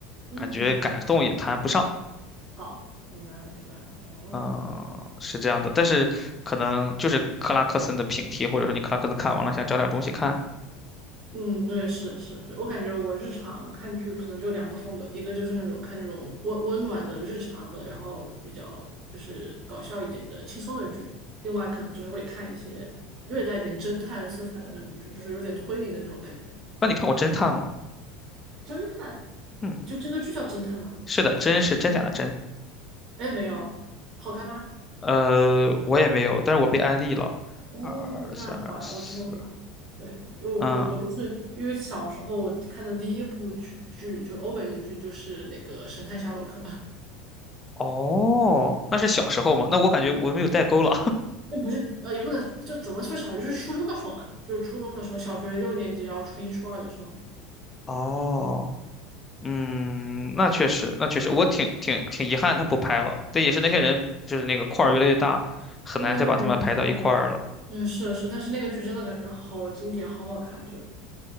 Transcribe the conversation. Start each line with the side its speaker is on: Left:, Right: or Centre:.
Right: 嗯。
Left: 感觉感动也谈不上。
Right: 好，明白了，明白了。哦，
Left: 嗯，是这样的，但是可能就是克拉克森的平替，或者说你克拉克森看完了想找点东西看，
Right: 嗯，对，是的，是的，对，我感觉我日常看剧可能就两个风格，一个就是那种看这种温温暖的日常的，然后比较就是搞笑一点的轻松的剧，另外可能就是会看一些略带一点侦探色彩的那种剧，就是有点推理的那种感觉。
Left: 那你看过《侦探》吗？
Right: 侦探，
Left: 嗯，
Right: 就这个剧叫侦探吗？
Left: 是的，真是真假的真。
Right: 嗯，哎，没有，好看吗？
Left: 呃，我也没有，但是我被安利了。
Right: 哦，
Left: 二三二四，
Right: 那好呀，我之后可以。对，因为我我我就是因为小时候我看的第一部剧剧就欧美的剧就是那个《神探夏洛克》，
Left: 嗯，哦，那是小时候嘛？那我感觉我没有代沟了。
Right: <laughs> 那不是呃也不能就怎么说小就是初中的时候嘛，就是初中的时候，小学六年级，然后初一初二的时候。
Left: <laughs> 哦。嗯，那确实，那确实，我挺挺挺遗憾他不拍了。但也是那些人，就是那个块儿越来越大，很难再把他们排到一块儿了。
Right: 对，是的，对，是的是的但是那个剧真的感觉好经典，好好看，就